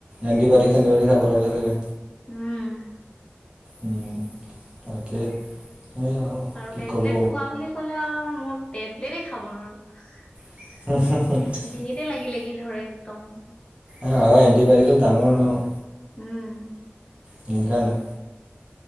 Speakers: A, on the right; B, on the left.
A: এণ্টিবায়টিক চেটিবায়টিক চাব লাগে চাগে।
B: উম।
A: উম। তাকে। সেয়া
B: আৰু
A: কি
B: টেবলেট
A: ক'ব।
B: খোৱা বুলি ক'লে আৰু মোৰ, টেবলেটেই খাব নোৱাৰো।
A: <inaudible>
B: ডিঙিতে <unintelligible> ধৰে একদম।
A: অ', আৰু এণ্টিবায়টিক <unintelligible> ডাঙৰও ন'?
B: উম।
A: সেইকাৰণে।